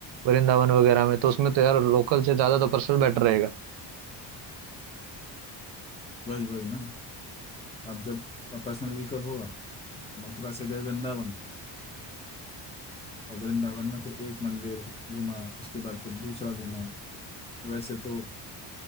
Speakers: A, on the right; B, on the left.
A: वृंदावन वगैरह में तो उसमें तो यार लोकल से ज्यादा तो पर्सनल बेटर रहेगा
B: वही वही ना अब जब पर्सनल व्हीकल होगा मथुरा से गए वृंदावन और वृंदावन में फिर एक मंदिर घूमा उसके बाद फिर दूसरा घूमा वैसे तो